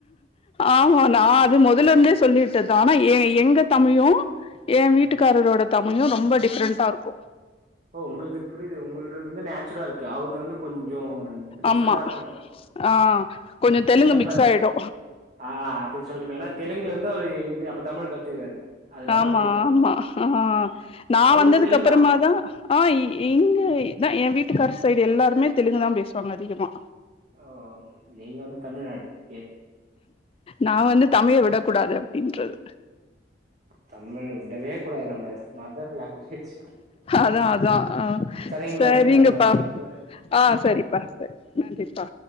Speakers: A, on the left; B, on the right.
A: ஆமா நா அது மொதல இருந்தே சொல்லிட்டேதா ஆனா எ எங்க தமிழு எ வீட்டுக்காரரோட
B: ம்
A: தமிழு ரொம்ப டிஃப்ரெண்ட்டா இருக்கு
B: ஓ உங்கள்து புரியுது உங்கள்து வந்து நேச்சுரா இருக்கு அவரது வந்து கொஞ்ச டிஃப்ரெண்டா
A: ஆமா
B: இருக்குணு நெனைக்
A: ஆ கொஞ்சம் தெலுங்கு
B: ஏனா இப்ப
A: மிக்ஸ் ஆயிடும்
B: ஆ அப்டி சொல்றீங்க ஏனா தெலுங்குல இருந்து அவரு இங்க அப்ப தமிழ் கத்துக்குறாரு அதனால
A: ஆமா
B: அப்டி இருக்கும்
A: ஆமா ஆ நா
B: அவரு
A: வந்ததுக்கு
B: தெலுங்கா
A: அப்பறமாதா ஆ இ இங்க இதா எ வீட்டுக்காரு சைடு எல்லாருமே தெலுங்கு தா பேசுவாங்க அதிகமா
B: ஓ நீங்க வந்து தமிழ்நாடு எ
A: நா வந்து தமிழ விடக் கூடாது அப்டின்றது
B: தமிழ் விடவே கூடாது நம்ப மதர் லாங்குவேஜ்
A: அதா அதா ஆ
B: செரிங்க
A: சரிங்கப்பா
B: மேம் நம்ம கேக்கு
A: ஆ செரிப்பா செரி நன்றிப்பா